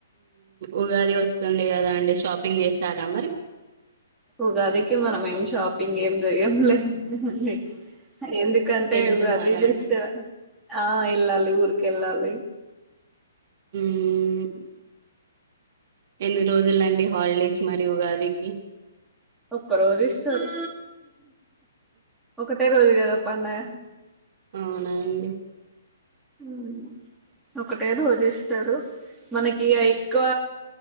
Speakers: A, on the right; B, in the centre.
A: ఉగాది వస్తుంది కదా అండి షాపింగ్ చేసారా మరి
B: ఉగాదికి మనం ఏం షాప్ షాపింగ్ ఏం జేయం లే డి ఎందుకంటే
A: వెళ్తున్నారా
B: ఉగాది జస్ట్
A: అండి
B: ఆ ఇల్ళాలి ఊరుకి వెళ్ళాలి
A: మ్ ఎన్ని రోజులండి హాలిడేస్ మరియు ఉగాదికి
B: ఒక్క రోజు ఇస్తారు ఒకటే రోజు కదా పండగ
A: అవునండి
B: మ్ ఒకటే రోజ ఇస్తారు, మనకి ఎక్కువ